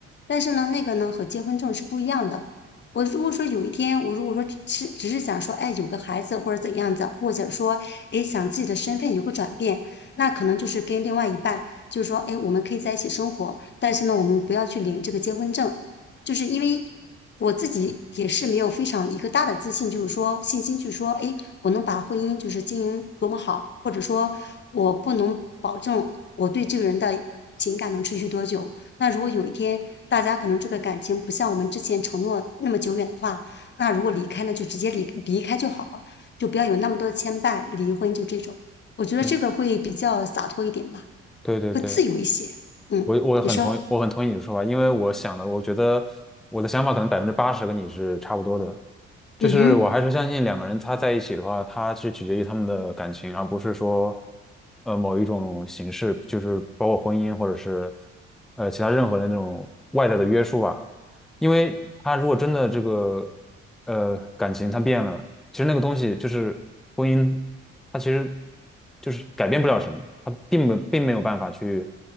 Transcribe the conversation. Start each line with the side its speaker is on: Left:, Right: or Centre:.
Left: 但是呢，那个呢和结婚证是不一样的。我如果说有一天，我如果说只是只是想说，哎，有个孩子或者怎样子，或者说，哎，想自己的身份有个转变，那可能就是跟另外一半，就是说，哎，我们可以在一起生活，但是呢，我们不要去领这个结婚证。就是因为我自己也是没有非常一个大的自信，就是说信心去说，哎，我能把婚姻就是经营多么好，或者说我不能保证我对这个人的情感能持续多久。那如果有一天大家可能这个感情不像我们之前承诺那么久远的话，那如果离开呢，就直接离离开就好了，就不要有那么多的牵绊，离婚就这种。我觉得这个会比较洒脱一点吧，
Centre: 对，对对对，
Left: 会自由一些。嗯，
Centre: 我我很同意，
Left: 你说，
Centre: 我很同意你的说法，因为我想的，我觉得我的想法可能百分之八十跟你是差不多的，就是我还是相信两个人他在一起的话，
Left: 嗯哼，
Centre: 他是取决于他们的感情，而不是说呃某一种形式，就是包括婚姻或者是呃其他任何的那种外在的约束吧。因为他如果真的这个呃感情他变了，其实那个东西就是婚姻。他其实就是改变不了什么，他并没并没有办法去